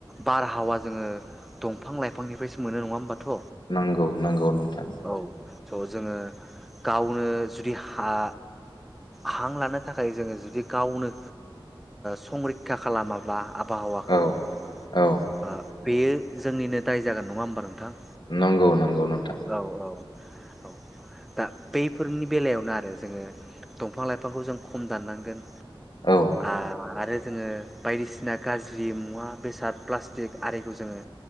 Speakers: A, in the centre; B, on the left (about 60°).
A: बारहावा जोङो दंफां लाइफांनिफ्रायसो मोनो नङा होमबाथ'?
B: नंगौ। नंगौ नोंथां
A: औ स' जोङो गावनो जुदि हा हां लानो थाखाय जोङो जुदि गावनो संरैखा खालामाब्ला आबहावाखौ
B: औ
A: ओ
B: औ
A: बेयो जोंनिनो दाय जागोन नङा होमबा नोंथां?
B: नंगौ नंगौ। नोंथां
A: औ औ। औ दा बैफोरनि बेलायावनो आरो जोङो दंफां लाइफांखौ जों खम दाननांगोन।
B: औ
A: आ आरो जोङो बायदिसिना गाज्रि मुवा बेसाद प्लास्टिक आरिखौ जोङो